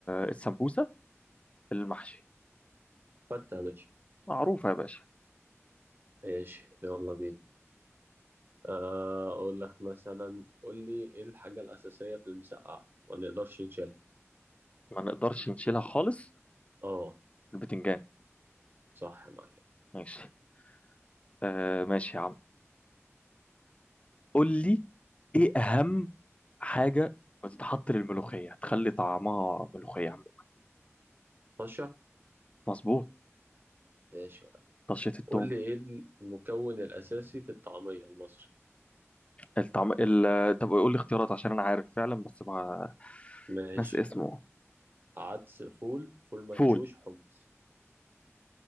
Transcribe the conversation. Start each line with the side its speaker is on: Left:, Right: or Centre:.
Left: السمبوسه المحشي
Right: فتة ماشي
Left: معروفه يا باشا
Right: ماشي يلا بينا آه، اقول لك مثلا قول لي ايه الحاجة الأساسية في المسقعة ما نقدرش نشيلها
Left: ما نقدرش نشيلها خالص
Right: اه
Left: البتنجان
Right: صح يا معلم
Left: ماشي آه ماشي يا عم قول لي ايه اهم حاجة بتتحط للملوخية تخلي طعمها ملوخية عم.
Right: طشة
Left: مظبوط
Right: ماشي يا عم
Left: طشة التوم
Right: قول لي ايه المكون الأساسي في الطعمية المصري
Left: الطعم ال... طب قول لي اختيارات عشان انا عارف فعلا بس مع
Right: ماشي
Left: ناس اسمه
Right: عدس فول فول مدشوش
Left: فول,
Right: حمص